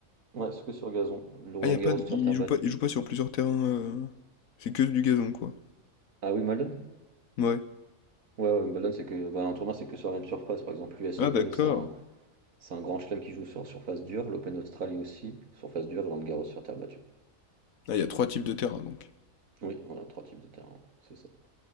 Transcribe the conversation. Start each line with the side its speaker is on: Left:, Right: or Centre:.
Right: Ouais, c'est que sur gazon. Le Roland
Left: Ah, y a
Right: Garros
Left: pas, de-
Right: sur
Left: il
Right: terre
Left: joue
Right: battue.
Left: pas, il joue pas sur plusieurs terrains. euh, C'est que du gazon, quoi.
Right: Ah, Wimbledon?
Left: Ouais.
Right: Ouais, ouais, Wimbledon, c'est que bah, un tournoi, c'est que sur la même surface. Par exemple, l'US
Left: Ah
Right: Open,
Left: d'accord.
Right: c'est un, c'est un grand chelem qui joue sur surface dure. L'Open d'Australie aussi, surface dure. Et Roland Garros sur terre battue.
Left: Ah, il y a trois types de terrains donc.
Right: Oui, voilà, trois types de terrain, c'est ça.